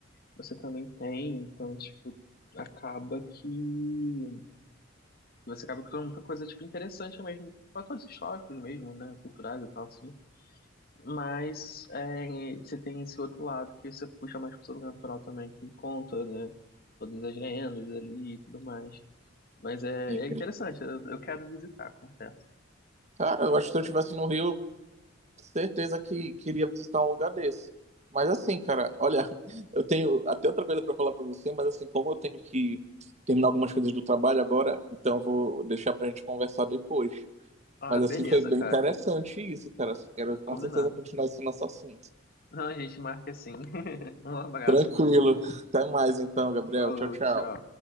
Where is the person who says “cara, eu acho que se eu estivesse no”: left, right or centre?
Right